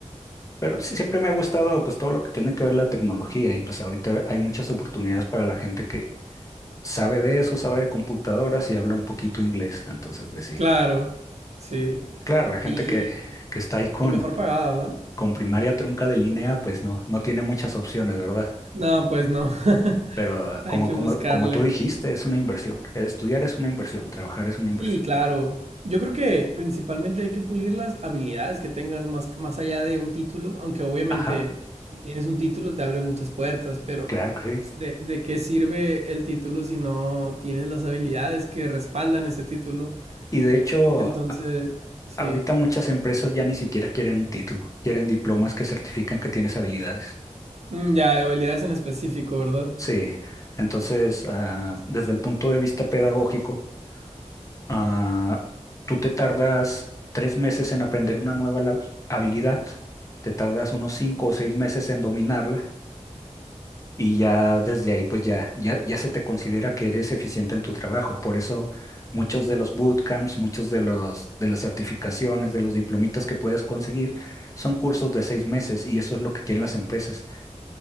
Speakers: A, on the left; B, on the right.
A: Pero sí, siempre me ha gustado pues todo lo que tiene que ver la tecnología y pues ahorita hay muchas oportunidades para la gente que sabe de eso, sabe de computadoras y habla un poquito inglés. Entonces, pues sí.
B: Claro, sí.
A: Claro, la gente
B: Y,
A: que,
B: y,
A: que está ahí con,
B: y mejor pagada, ¿verdad?
A: con primaria trunca de línea, pues no, no tiene muchas opciones, ¿verdad?
B: No, pues no. <laughs>
A: Pero
B: Hay
A: como,
B: que
A: como,
B: buscarle.
A: como tú dijiste, es una inversión. Estudiar es una inversión, trabajar es una inversión.
B: Sí, claro. Yo creo que principalmente hay que pulir las habilidades que tengas más, más allá de un título, aunque obviamente
A: Ajá.
B: si tienes un título te abre muchas puertas, pero
A: Claro que sí.
B: ¿de, de qué sirve el título si no tienes las habilidades que respaldan ese título?
A: Y de hecho,
B: Entonces, sí.
A: ahorita muchas empresas ya ni siquiera quieren un título, quieren diplomas que certifican que tienes habilidades.
B: Mm, Ya, habilidades en específico, ¿verdad?
A: Sí, entonces, ah, desde el punto de vista pedagógico, ah, tú te tardas tres meses en aprender una nueva la- habilidad, te tardas unos cinco o seis meses en dominarla y ya desde ahí pues ya, ya, ya se te considera que eres eficiente en tu trabajo. Por eso muchos de los bootcamps, muchos de los, de las certificaciones, de los diplomitas que puedes conseguir son cursos de seis meses y eso es lo que quieren las empresas.